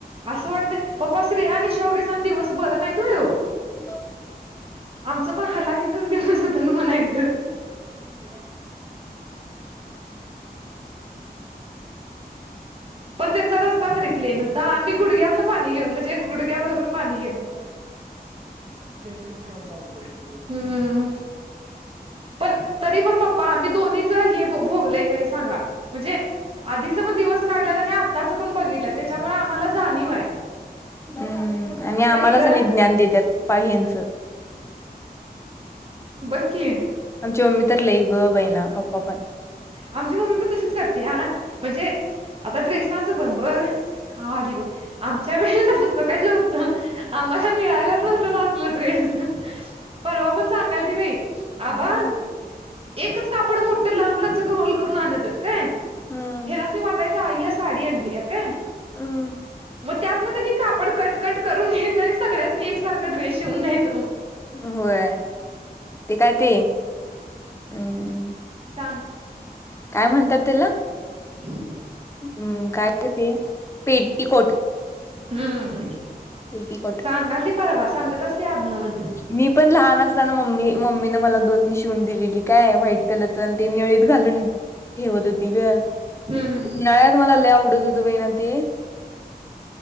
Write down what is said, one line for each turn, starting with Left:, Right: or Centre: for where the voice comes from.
Right: असं वाटतंय पप्पा श्र्रीया आणि शौर्यचा दिवस बरं नाही त होय ओ.
Left: मग.
Right: जप हलकीचचं दिवस हाईत म्हणायचं. <inaudible> पण त्यांचा रस्ता तरी प्लेन आ म्ही गुडग्यातन पाणी घेऊन म्हणजे गुडघ्या बरोबर पाणी घेऊन.. हं.. पण तरी पण पप्पा आम्ही दोन्हीच हे भोगलय काही सांगा म्हणजे.. आधीच पण दिवस काढलात आणि आत्ताचं पण बघितलं त्याच्यामुळे आम्हाला जाणीव आहे.
Left: हम्म आणि
Right: का
Left: आम्हालाच
Right: नाही ग
Left: आणि ज्ञान देतात ह्यांचं.
Right: बघ कीं
Left: आमची मम्मी तर लई व बैना पप्पा पण.
Right: आमची मम्मी पण तशीच करते ह म्हणजे.. आता ड्रेसांचं पण बघ हली बघ आमच्या वेळेला.... असं काही नव्हतं आम्हाला मिळायलाच नव्हतं, असलं ड्रेस. परवा पण सांगाल ती बाई आबा..
Left: हम्म
Right: एकच कापड मोठं लांबलं च रोल करून आणत काय?
Left: हम्म
Right: हे असे वाटच... ताईला साडी आणलीय काय?
Left: हमं.
Right: मग त्यात मग क कापड कट कट करून घ्यायचं आणि सगळ्यासनी एकसारख ड्रेस शिवून घ्यायच
Left: होय ते कायती? हं
Right: सांग
Left: काय म्हणतात त्याला?
Right: रिकामा ऑडिओ
Left: हम्म काय ग ते पेटीकोट.
Right: हम्म.
Left: पेटिकोट.
Right: सांगाल ती परवा सांगत. आधनं मधनं
Left: मी पण लहान असताना मम्मी मम्मीने मला दोन शिवून दिलेली काय व्हॉइट. कलरचे ते निळीत घालून ठेवत होती ग
Right: हम्म
Left: उन्हाळ्यात मला लय आवडत. ना ते